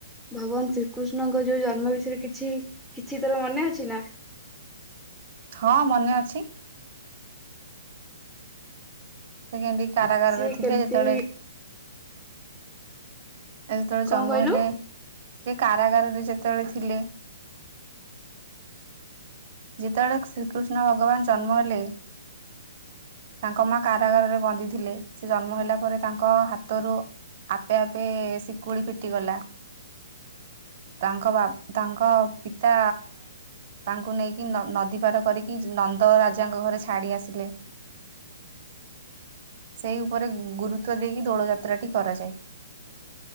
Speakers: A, in the centre; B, on the right.
A: ଭଗବାନ ଶ୍ରୀକୃଷ୍ଣଙ୍କ ଯୋଉ ଜନ୍ମ ବିଷୟରେ କିଛି କିଛି ତୋର ମନେ ଅଛି ନା?
B: ହଁ ମନେ ଅଛି। ସେ କେମତି କାରାଗାରରେ
A: ସିଏ
B: ଥିଲେ
A: କେମିତି
B: ଯେତେବେଳେ ଏ ଯେତେବେଳେ ଜନ୍ମ
A: କଣ କହିଲୁ?
B: ହେଲେ ସେ କାରାଗାରରେ ଯେତେବେଳେ ଥିଲେ <inaudible> ଯେତେବେଳେ ଶ୍ରୀକୃଷ୍ଣ ଭଗବାନ ଜନ୍ମ ହେଲେ ତାଙ୍କ ମା କାରାଗାରରେ ବନ୍ଦି ଥିଲେ ସେ ଜନ୍ମ ହେଲା ପରେ ତାଙ୍କ ହାତରୁ ଆପେ ଆପେ ଶିକୁଳି ଫିଟିଗଲା ତାଙ୍କ ତାଙ୍କ ବା ପିତା ତାଙ୍କୁ ନେଇକି ନଦୀ ପାର କରିକି ନନ୍ଦ ରାଜାଙ୍କ ଘରେ ଛାଡି ଆସିଲେ ସେଇ ଉପରେ ଗୁରୁତ୍ୱ ଦେଇକି ଦୋଳ ଯାତ୍ରାଟି କରାଯାଏ।